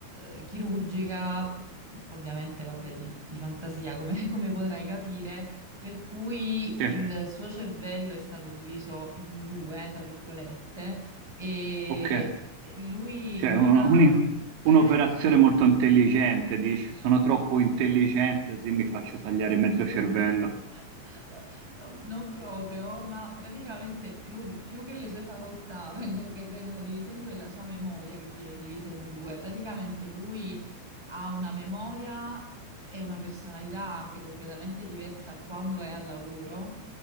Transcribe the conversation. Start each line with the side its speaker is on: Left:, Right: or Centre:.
Centre: eh, chirurgica, ovviamente, vabbè, di, di fantasia, come, <laughs> come potrai capire, per cui
Right: Sì,
Centre: il suo cervello è stato diviso in due, tra virgolette, e
Right: ok,
Centre: lui
Right: cioè
Centre: non
Right: uno-
Centre: ha...
Right: un-
Centre: eh?
Right: un'operazione molto intelligente, dici, sono troppo intelligente, così mi faccio tagliare mezzo cervello.
Centre: <laughs> Non, non proprio, ma praticamente più, più che le sue facoltà <laughs> vengono, che vengono divise in due, è la sua memoria che viene divisa in due. Praticamente lui ha una memoria e una personalità anche completamente diversa quando è al lavoro,